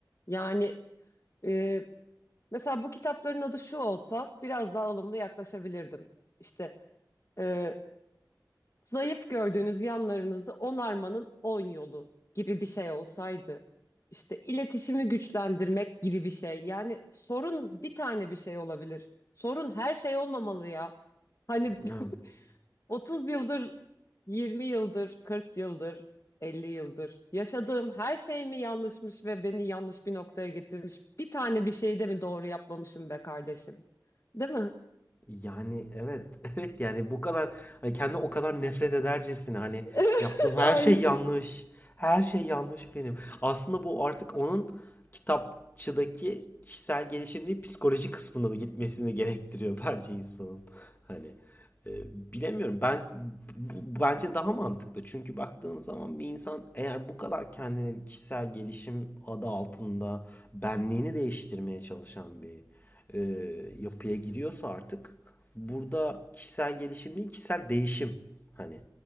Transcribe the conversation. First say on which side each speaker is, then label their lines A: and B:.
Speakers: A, on the left; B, on the left.
A: Yani e, mesela bu kitapların adı şu olsa biraz daha ılımlı yaklaşabilirdim. İşte e, Zayıf gördüğünüz yanlarınızı onarmanın on yolu gibi bir şey olsaydı. İşte iletişimi güçlendirmek gibi bir şey. Yani sorun bir tane bir şey olabilir. Sorun her şey olmamalı ya. Hani
B: Evet.
A: <laughs> 30 yıldır, 20 yıldır, 40 yıldır, 50 yıldır yaşadığım her şey mi yanlışmış ve beni yanlış bir noktaya getirmiş? Bir tane bir şeyi de mi doğru yapmamışım be kardeşim? Değil mi?
B: Yani evet, <laughs> evet yani bu kadar hani kendi o kadar nefret edercesine hani
A: <laughs>
B: yaptığım her
A: Aynen.
B: şey yanlış. Her şey yanlış benim. Aslında bu artık onun kitapçıdaki kişisel gelişim değil, psikoloji kısmında da gitmesini gerektiriyor <laughs> bence insanın. Hani e, bilemiyorum. Ben bu, bence daha mantıklı. Çünkü baktığın zaman bir insan eğer bu kadar kendine kişisel gelişim adı altında benliğini değiştirmeye çalışan bir e, yapıya giriyorsa artık burada kişisel gelişim değil kişisel değişim hani